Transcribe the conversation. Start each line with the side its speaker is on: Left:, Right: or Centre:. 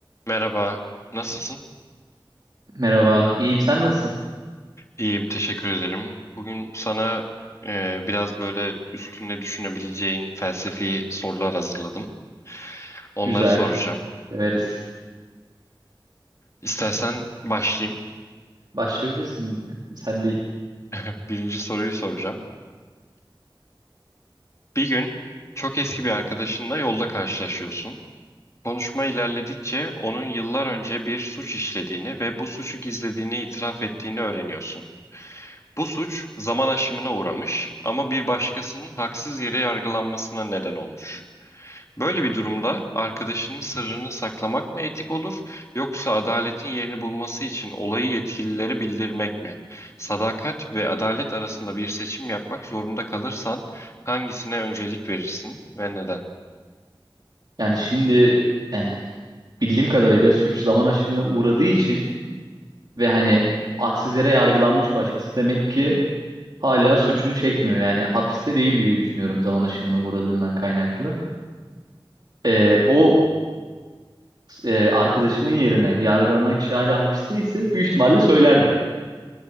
Left: Merhaba, nasılsın?
Right: Merhaba, iyiyim. Sen nasılsın?
Left: İyiyim, teşekkür ederim. Bugün sana e, biraz böyle üstüne düşünebileceğin felsefi sorular hazırladım. Onları
Right: Güzel,
Left: soracağım.
Right: severiz.
Left: İstersen başlayayım.
Right: Başlayabilirsin. Sen değil.
Left: <laughs> Birinci soruyu soracağım. Bir gün çok eski bir arkadaşınla yolda karşılaşıyorsun. Konuşma ilerledikçe onun yıllar önce bir suç işlediğini ve bu suçu gizlediğini itiraf ettiğini öğreniyorsun. Bu suç zaman aşımına uğramış ama bir başkasının haksız yere yargılanmasına neden olmuş. Böyle bir durumda arkadaşının sırrını saklamak mı etik olur, yoksa adaletin yerini bulması için olayı yetkililere bildirmek mi? Sadakat ve adalet arasında bir seçim yapmak zorunda kalırsan hangisine öncelik verirsin ve neden?
Right: Yani şimdi yani bildiğim kadarıyla suç zaman aşımına uğradığı için ve hani haksız yere yargılanmış başkası demek ki hala suçunu çekmiyor. Yani hapiste değil diye düşünüyorum zaman aşımına uğradığından kaynaklı. Ee, o e, arkadaşımın yerine yargılanan kişi hala hapiste ise büyük ihtimalle söylerdim.